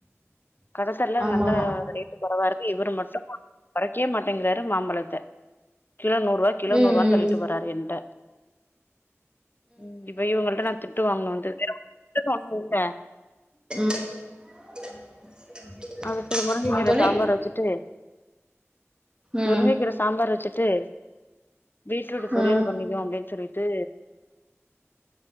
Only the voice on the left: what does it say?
கடத்தெருல
நல்ல ரே ட்ரு கொறவா இருக்கு இவரு மட்டு கொறைக்காவே மாட்டிங்கிறாரு மாம்பழத்த கிலோ நூறுவாய் கிலோ
நூறுவான்
தள்ளிட்டு போறாரு என்ட்ட ம் இப்ப இவுங்கள்ட்ட நா திட்டு வாங்கனுன்ட்டு திட்டுவாங்கள்ல
அதா சேரி முருங்கக்
கீர
சாம்பார வெச்சுட்டு
முருங்கக்கீர சாம்பாரு வெச்சுட்டு பீட்ரூட்ட
பொரியல் பண்ணிக்குவோ அப்டின் சொல்லிட்டு